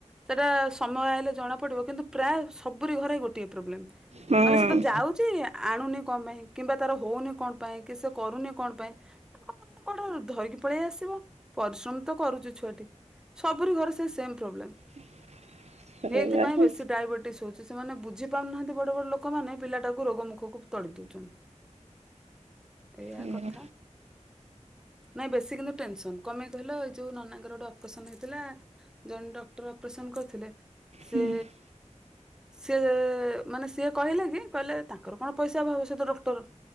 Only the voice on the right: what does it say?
ହୁଁ।
<inaudible>
ହୁଁ
ହୁଁ
ହୁଁ